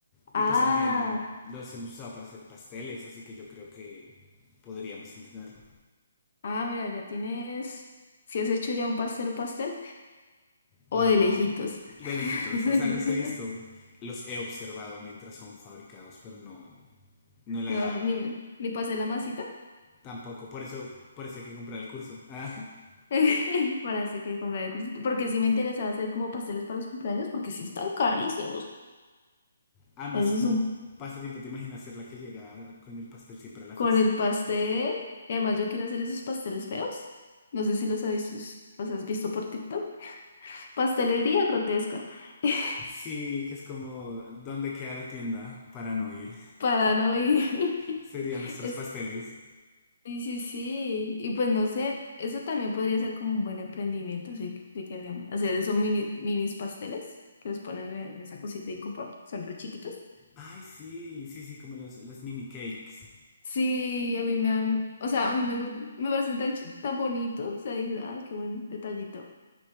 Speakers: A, on the left (about 20°); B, on the left (about 50°).
A: Y
B: Ah,
A: pues también los hemos usado para hacer pasteles, así que yo creo que podríamos intentarlo.
B: ah, mira, ya tienes. Si has hecho ya un pastel, un pastel, o
A: No,
B: de lejitos.
A: de
B: <laughs>
A: lejitos, o sea, los he visto, los he observado mientras son fabricados, pero no, no le
B: No,
A: he dado
B: ni, ni pasé la masita.
A: tampoco. Por eso, por eso hay que comprar el curso. <laughs>
B: <laughs> Para hacer que comprar el cursito. Porque sí me interesaba hacer como pasteles para los cumpleaños, porque sí están carísimos.
A: Además,
B: Eso
A: como
B: es un...
A: pasa tiempo, ¿te imaginas ser la que llega con el pastel siempre a la
B: Con
A: fiesta?
B: el pastel. Y además yo quiero hacer esos pasteles feos. No sé si los has visto, los has visto por TikTok. Pastelería grotesca. <laughs>
A: Sí, que es como, ¿dónde queda la tienda para no ir?
B: Para no ir. <laughs>
A: Serían nuestros
B: Es...
A: pasteles.
B: Sí, sí, sí. Y pues no sé, eso también podría ser como un buen emprendimiento, así que si querríamos. Hacer esos mini, minis pasteles que los ponen en esa cosita y cupo. Son re chiquitos.
A: Ay, sí, sí, sí, como los, las mini cakes.
B: Sí, a mí me han, o sea, a mí me, gu- me parecen tan, chi- tan bonitos, o sea, dices, ay, qué buen detallito.